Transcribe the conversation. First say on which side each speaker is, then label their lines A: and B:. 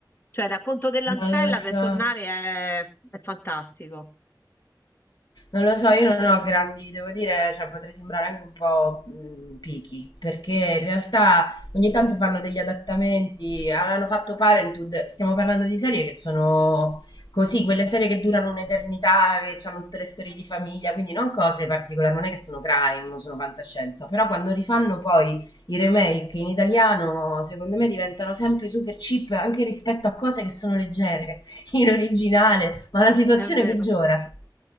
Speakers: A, on the left (about 30°); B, on the left (about 75°).
A: Cioè, Racconto dell'ancella
B: Non lo
A: per
B: so.
A: tornare è, è fantastico.
B: Non lo so, io non ho grandi, devo dire, cioè potrei sembrare anche un po' mh, picky, perché in realtà ogni tanto fanno degli adattamenti, avevano fatto Parenthood, stiamo parlando di serie che sono così, quelle serie che durano un'eternità, che hanno tutte le storie di famiglia, quindi non cose particolari, non è che sono crime, o sono fantascienza, però quando rifanno poi i remake in italiano, secondo me diventano sempre super cheap anche rispetto a cose che sono leggere <laughs> in originale, ma la situazione
A: È vero,
B: peggiora.